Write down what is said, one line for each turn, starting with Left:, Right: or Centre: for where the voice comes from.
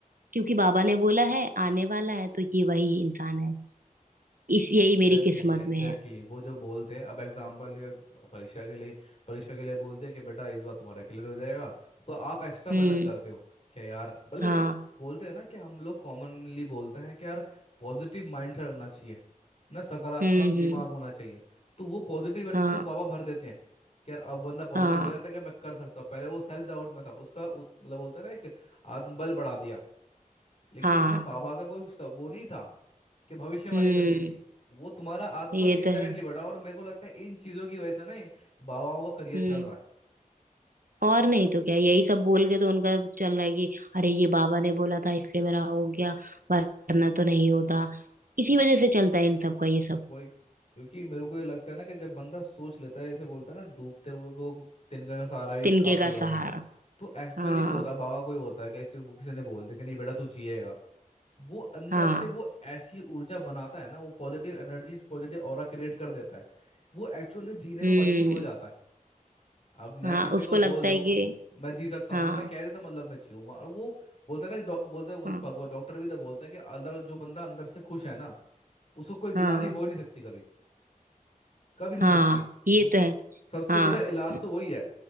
Right: क्योंकि बाबा ने बोला है आने वाला है तो ये वही इंसान है इस यही
Left: Exactly
Right: मेरी किस्मत
Left: exactly, exactly
Right: में है
Left: exactly. वो जो बोलते हैं अब एग्जाम्पल के परीक्षा के लिए परीक्षा के लिए बोलते हैं कि बेटा इस बार तुम्हारा क्लियर हो जाएगा तो आप एक्स्ट्रा मेहनत
Right: हम्म
Left: करते हो क्या यार मतलब
Right: हाँ
Left: यार बोलते हैं ना कि हम लोग कॉमनली बोलते हैं कि यार पॉजिटिव माइंडसेट होना चाहिए ना सकारात्मक
Right: हम्म
Left: दिमाग
Right: हम्म
Left: होना चाहिए तो वो पॉजिटिव एनर्जी
Right: हाँ
Left: बाबा भर देते हैं कि यार अब बंदा पॉजिटिव
Right: हाँ
Left: हो जाता है कि मैं कर सकता हूँ पहले वो सेल्फ डाउट में था उसका उत- मतलब बोलते हैं ना एक आत्मबल बढ़ा दिया लेकिन
Right: हाँ
Left: उसमें बाबा का कोई स- वो नहीं था कि भविष्यवाणी
Right: हम्म
Left: कर दी थी वो तुम्हारा आत्मबल
Right: ये
Left: इनडायरेक्टली
Right: तो है
Left: बढ़ा और मेरे को लगता है इन चीजों की वजह से ना ये बाबाओं का करियर
Right: हम्म
Left: चल रहा है
Right: और नहीं तो क्या यही सब बोल के तो उनका चल रहा है कि अरे ये बाबा ने बोला था इसलिए मेरा हो गया वरना तो नहीं होता इसी वजह से चलता है इन सब का ये सब
Left: वही क्योंकि मेरे को ये लगता है ना कि जब बंदा सोच लेता है जैसे बोलता है ना डूबते हुए को तिनका का सहारा भी
Right: तिनके
Left: काफी
Right: का
Left: हुआ
Right: सहारा
Left: हाँ तो एक्चुअली
Right: हाँ
Left: वो होता है बाबा कोई होता है कि किसी वो किसी ने बोल दिया कि नहीं बेटा तू जिएगा वो अंदर
Right: हाँ
Left: से वो ऐसी ऊर्जा बनाता है ना वो positive energy positive aura create कर देता है वो एक्चुअली जीने
Right: हम्म
Left: पे मजबूर हो जाता है अब
Right: हाँ
Left: मैं किसी
Right: उसको
Left: को
Right: लगता
Left: बोल दूं
Right: है कि
Left: मैं जी सकता हूँ
Right: हाँ
Left: उन्होंने कह दिया था मतलब मैं जीऊंगा और वो बोलता है ना डॉ- बोलता है बोल,
Right: हाँ
Left: भगवान डॉक्टर भी तो बोलता है कि अगर जो बंदा अंदर से खुश है ना उसको कोई
Right: हाँ
Left: बीमारी हो नहीं सकती कभी कभी नहीं
Right: हाँ
Left: हो सकती क्योंकि
Right: ये तो है
Left: सबसे
Right: हाँ
Left: बड़ा इलाज तो वही है